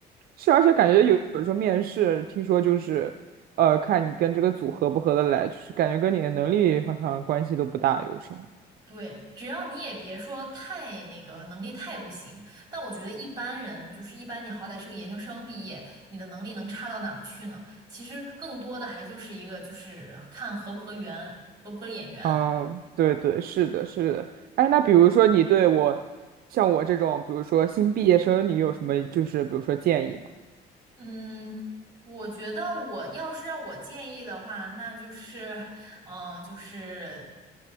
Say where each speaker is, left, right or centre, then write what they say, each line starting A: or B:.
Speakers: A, on the right; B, on the right.
A: 是，而且感觉有有时候面试，听说就是，呃，看你跟这个组合不合得来，就是感觉跟你的能力好像关系都不大，有时候。
B: 对，只要你也别说太那个能力太不行，但我觉得一般人就是一般，你好歹是个研究生毕业，你的能力能差到哪儿去呢？其实更多的还就是一个就是看合不合缘，合不合眼缘。
A: 嗯，对对，是的，是的。哎，那比如说你对我，像我这种，比如说新毕业生，你有什么就是比如说建议吗？
B: 嗯，我觉得我要是让我建议的话，那就是，嗯、就是